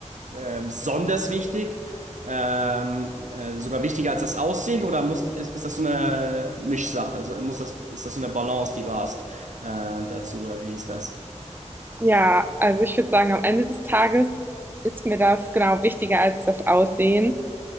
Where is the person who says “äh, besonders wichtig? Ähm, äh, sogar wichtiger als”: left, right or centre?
Right